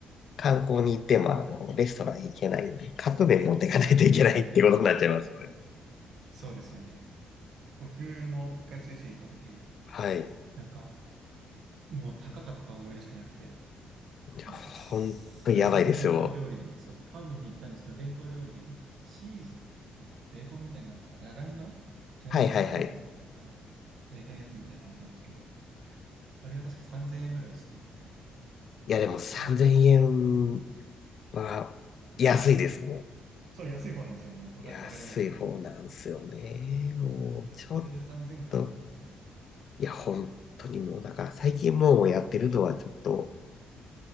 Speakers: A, on the left; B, on the right.
A: 観光に行っても、あの、レストラン行けないんで、カップ麺持っていかないといけないってことになっちゃいますよね。
B: はいはいはい。そうですよね。僕も一回スイス行った時、
A: はい。い
B: なんか、もう高かった思い出しかなくて、
A: やほんとやばいですよ。
B: なんかスイスの伝統料理で、そう、パブに行ったんですけど、伝統料理で、なんかチーズとベーコンみたいな、あ、じゃがいもかなじゃがいもとチーズのえー
A: はいはいはい。
B: 焼いたやつみたいなのあったんですけど、あれが確か3000円ぐらいして、
A: いやでも3000円
B: いやー、
A: は安いですね。
B: そう、安い方なんですよね。わかる、
A: 安い方なんですよね。
B: わかります。
A: もうちょっ
B: けど、これで3000円かと思って、
A: と、いや本当にもうだから最近もうやってるのはちょっと、